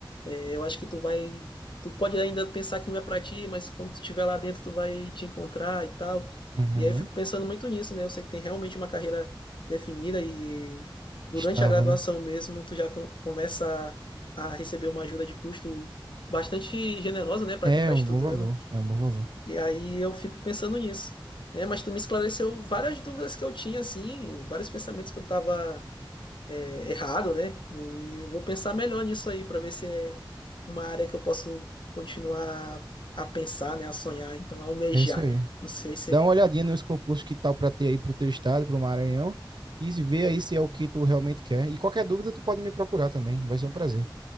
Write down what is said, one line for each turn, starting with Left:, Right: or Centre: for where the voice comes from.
Left: É, eu acho que tu vai. Tu pode ainda pensar que não é pra ti, mas quando tu estiver lá dentro, tu vai te encontrar e tal.
Right: uhum.
Left: E aí eu fico pensando muito nisso, né? Eu sei que tem realmente uma carreira definida e durante
Right: Estava,
Left: a graduação
Right: né?
Left: mesmo, tu já com- começa a a receber uma ajuda de custo bastante generosa, né, para
Right: É
Left: quem está
Right: um
Left: estudando.
Right: bom valor, é um bom valor.
Left: E aí eu fico pensando nisso, né? Mas tu me esclareceu várias dúvidas que eu tinha, assim, vários pensamentos que eu estava errado, né? E eu vou pensar melhor nisso aí para ver se é uma área que eu posso continuar a pensar, né, a sonhar, então a almejar.
Right: É isso aí.
Left: Não sei se
Right: Dá uma
Left: é
Right: olhadinha nos concursos que tal para ter aí para o teu estado, para o Maranhão, e se vê aí se é o que tu realmente quer. E qualquer dúvida, tu pode me procurar também. Vai ser um prazer.